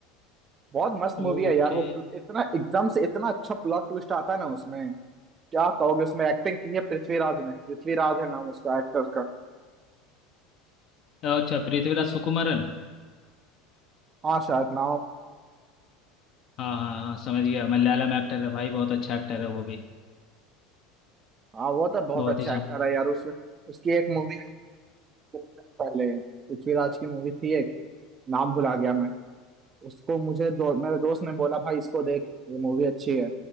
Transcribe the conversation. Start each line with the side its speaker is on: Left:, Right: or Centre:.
Right: बहुत मस्त मूवी
Left: ओके
Right: है यार वो प्ल- इतना एकदम से इतना अच्छा प्लॉट ट्विस्ट आता है ना उसमें क्या कहोगे उसमें एक्टिंग की है पृथ्वीराज ने पृथ्वीराज है नाम उसका एक्टर का
Left: अच्छा पृथ्वीराज सुकुमारन
Right: हाँ शायद नाम
Left: हाँ हाँ हाँ समझ गया मलयालम एक्टर है भाई बहुत अच्छा एक्टर है वो भी
Right: हाँ वो तो बहुत
Left: बहुत
Right: अच्छा
Left: ही शान
Right: एक्टर है यार उसमें उसकी एक मूवी पहले पृथ्वीराज की मूवी थी एक नाम भुला गया मैं उसको मुझे दो, मेरे दोस्त ने बोला भाई इसको देख ये मूवी अच्छी है